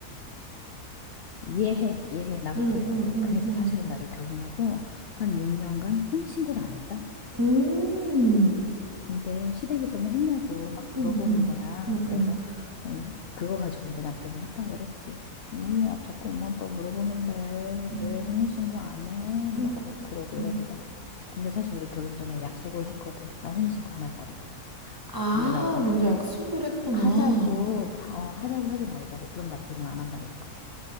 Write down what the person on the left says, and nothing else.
이해해, 이해해. 나도
그랬거든.
그래서
사실은 나도 결혼하고 한 6년간 혼인신고를 안 했다?
근데 시댁에서는 했냐고 막
물어보는
거야.
그래서 어, 그거 가지고 이제 남편이 협박을 했지. 음, 아, 자꾸 엄마 아빠 물어보는데
왜 혼인신고 안 해? 막
그러, 그러길래
내가. 근데 사실 우리 결혼 전에 약속을 했거든. 나 혼인신고 안 할 거라고.
그러니까 나보고 하,
하자고, 하- 어, 하자고 하지 말자고. 그럼 나 결혼 안 한다 그랬거든.